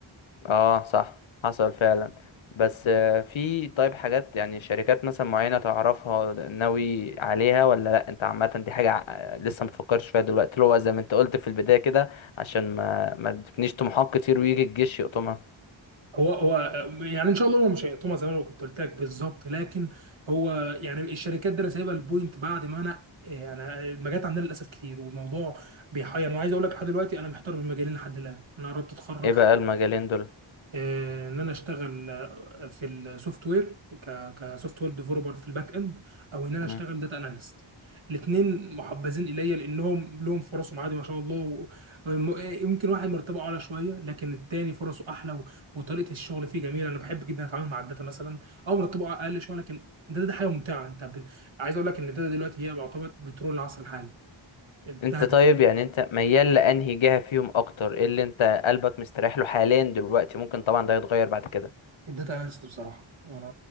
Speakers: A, on the left; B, on the right.
A: اه صح حصل فعلا بس آه، في طيب حاجات يعني شركات مثلا معينة تعرفها ناوي عليها ولا لا انت عامة دي حاجة ع- لسه متفكرش فيها دلوقتي اللي هو زي ما انت قلت في البداية كده عشان ما ما تبنيش طموحات كتير ويجي الجيش يقطمها
B: هو هو يعني ان شاء الله هو مش هيقطمها زي ما انا كنت قلت لك بالظبط لكن هو يعني الشركات دي انا سايبها البوينت بعد ما انا يعني المجالات عندنا للاسف كتير وموضوع بيحير انا عايز اقول لك لحد دلوقتي انا محتار بين مجالين لحد الان انا قربت اتخرج
A: ايه بقى المجالين دول
B: آه، ان انا اشتغل آه، في السوفت وير كسوفت وير ديفلوبر في الباك اند او ان انا
A: مم.
B: اشتغل داتا اناليست الاثنين محبذين الي لانهم لهم فرصهم عادي ما شاء الله و- وم- يمكن واحد مرتبه اعلى شويه لكن التاني فرصه احلى و- وطريقه الشغل فيه جميله انا بحب جدا اتعامل مع الداتا مثلا او مرتبه اقل شويه لكن ده ده حاجه ممتعه انت ب... عايز اقول لك ان الداتا دلوقتي هي يعتبر بترول العصر الحالي الذهب
A: انت طيب يعني انت ميال لانهي جهة فيهم اكتر ايه اللي انت قلبك مستريح له حاليا دلوقتي ممكن طبعا ده يتغير بعد كده
B: الداتا اناليست بصراحه وانا